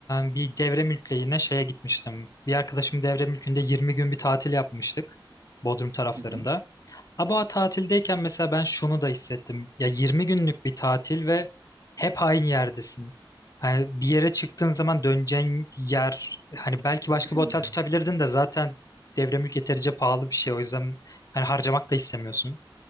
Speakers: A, on the left (about 45°); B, on the right (about 50°).
A: e, bir devre mülkle yine şeye gitmiştim. Bir arkadaşım devre mülkünde 20 gün bir tatil yapmıştık. Bodrum taraflarında.
B: Hı hı.
A: Ama o tatildeyken mesela ben şunu da hissettim. Ya 20 günlük bir tatil ve hep aynı yerdesin. Hani bir yere çıktığın zaman döneceğin yer hani belki başka
B: Belli.
A: bir otel tutabilirdin de zaten devre mülk yeterince pahalı bir şey. O yüzden hani harcamak da istemiyorsun.